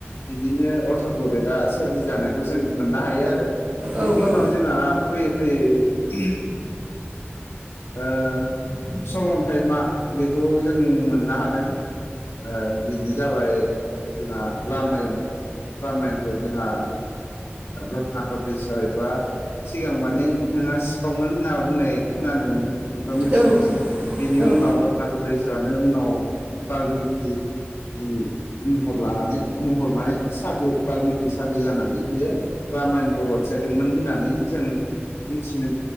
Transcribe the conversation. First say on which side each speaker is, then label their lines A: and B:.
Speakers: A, on the left; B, on the right.
A: बिदिनो अथर्व बेड आ सोरजि जानायखौ जों मोननो हायोआरो। बिनि
B: औ औ
A: उनाव जोंहा फैयै फैयै ओ सल'न्थाइ मा बेखौ जों मोननो हादों। ओ बेनो जाबाय जोंना रामायण। रामायनखौ जोंहा रतनाकर दैस'एबा सिगां माने बिथाङा सिखावमोन होनना बुंनाय खोनानो मोनो एबा मिथिनो
B: औ
A: मोनो। बेनि
B: औ
A: उनाव रतनाकर दैस'आनो उनाव बाल्मिकि नि महर लानानै महर माने सादु बाल्मिकि सादु जानानै बियो रामायणखौ रनसायदोंमोन होननानै जों मिथिनो